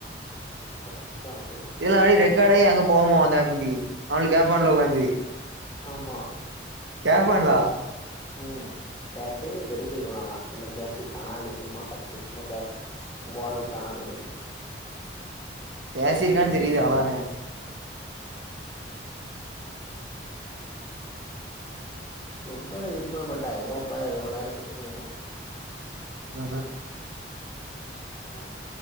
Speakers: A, on the left; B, on the right.
A: பத்து நிமிஷ ஆவ போது
B: இதெல்லா அப்டி ரெக்கார்ட் ஆகி அங்க போமோ அந்த ஆப்புக்கு அவங்க கேப்பான்ல
A: ஆமா
B: உக்காந்து
A: ஆமா
B: கேப்பான்லா
A: ம் காத் ட்டு வெரிஃபை பண்ணுவாங்களா என்ன பேசிருக்கானா இல்ல சும்மா <unintelligible> பேச ஓடவுட்டானா அந்த மாரி
B: பேசியிருக்கான்
A: இப்டி
B: தெரியுது
A: எப்டிலா
B: அவ்ளோதான
A: ரொம்பளா செக் பண்ண மாட்டான்வ எவ உக்காந்து ரொம்ப நேர செக் பண்ணுவா
B: ம்ஹூம்
A: ஆஹ